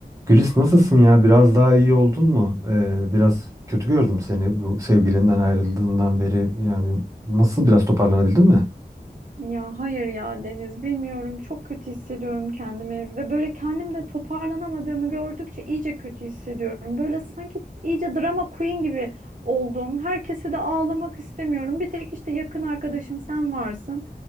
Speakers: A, on the right; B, on the right.
A: Gülis nasılsın ya? Biraz daha iyi oldun mu? Ee, biraz kötü gördüm seni bu sevgilinden ayrıldığından beri. Yani nasıl biraz toparlanabildin mi?
B: Ya hayır ya Deniz bilmiyorum çok kötü hissediyorum kendimi ve böyle kendimde toparlanamadığımı gördükçe iyice kötü hissediyorum. Böyle sanki iyice drama queen gibi oldum. Herkese de ağlamak istemiyorum. Bir tek işte yakın arkadaşım sen varsın.